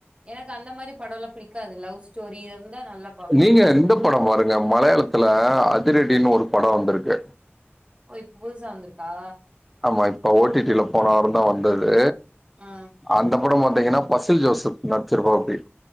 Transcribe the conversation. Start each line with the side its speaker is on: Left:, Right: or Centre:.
Right: எனக்கு அந்த மாரி படோல்லா பிடிக்காது லவ் ஸ்டோரி இருந்தா நல்லா பாப்பேன்.
Centre: நீங்க இந்த படம் பாருங்க மலையாளத்துல அதிரடினு ஒரு படோ வந்திருக்கு.
Right: ஓ இப்ப புதுசா வந்துருக்கா?
Centre: ஆமா இப்ப ஓ டி டி ல போன வாரந்தா வந்தது.
Right: ஆ.
Centre: அந்த படம் பாத்தீங்கன்னா பசில் ஜோசஃப் நட்ச்சிருப்பாப்டி.